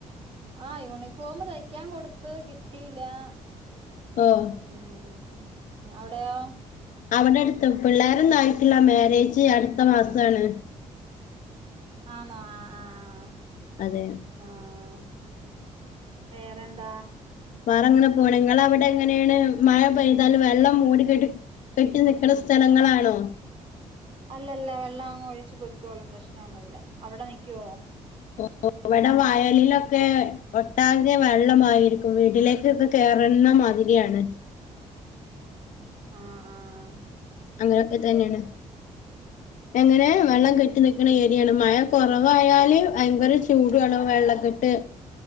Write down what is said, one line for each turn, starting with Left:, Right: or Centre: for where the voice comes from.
Right: ആഹ് യൂണിഫോമ് തയ്ക്കാൻ കൊടുത്ത് കിട്ടിയില്ലാ
Left: ആഹ്
Right: ഉം അവിടെയോ
Left: അവിടെ അടുത്ത് പിള്ളേരൊന്നും ആയിട്ടില്ലാ മാരേജ് അടുത്ത മാസാണ്
Right: ആന്നാ ആഹ് ആഹ്
Left: അതെയോ
Right: ആഹ് വേറെന്താ?
Left: വേറെങ്ങനെ പോണ് ഇങ്ങളവിടെ എങ്ങനെയാണ് മഴ പെയ്താല് വെള്ളം മൂടിക്കെട്ടി കെട്ടി നിക്കണ സ്ഥലങ്ങളാണോ?
Right: അല്ലല്ല വെള്ളം അങ്ങ് ഒഴിച്ച് പൊയ്ക്കോളും പ്രശ്നവൊന്നും ഇല്ല അവിടെ നിക്കുവോ
Left: <unintelligible> ഇവിടെ വയലിലൊക്കെ ഒട്ടാകെ വെള്ളമായിരിക്കും വീട്ടിലേക്കൊക്കെ കേറന്ന മാതിരിയാണ്
Right: ആഹ് ആഹ്
Left: അങ്ങനെയൊക്കെ തന്നെയാണ് എങ്ങനെ
Right: ഉം
Left: വെള്ളം കെട്ടിനിക്ക് ക്കണ ഏരിയാണ് മഴ കൊറവായാല് ഭയങ്കര ചൂടുവാണ് വെള്ളക്കെട്ട്